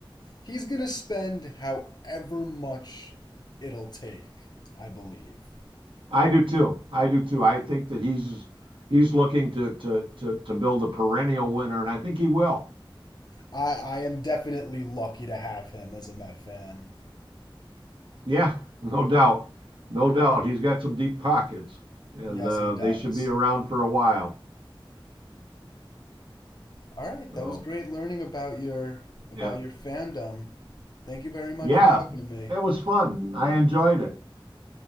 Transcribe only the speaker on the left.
He's going to spend however much it'll take, I believe.
I, I am definitely lucky to have him as a Met fan.
Yes,
he does.
All right,
that was great learning about your about
your fandom. Thank you very much
for talking to me.